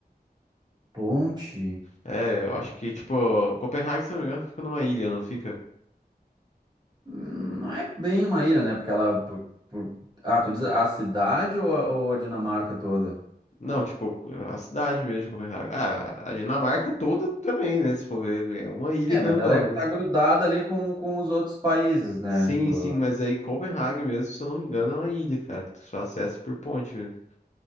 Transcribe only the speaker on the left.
É, eu acho que, tipo, Copenhague, se não me engano, fica numa ilha, não fica?
Não, tipo, a cidade mesmo de Copenhague. Ah, a Dinamarca toda também, né? Se for ver, é uma ilha
grandona,
mas.
Sim,
sim, mas aí Copenhague mesmo, se eu não me engano, é uma ilha, cara, que tu só acessa por ponte mesmo.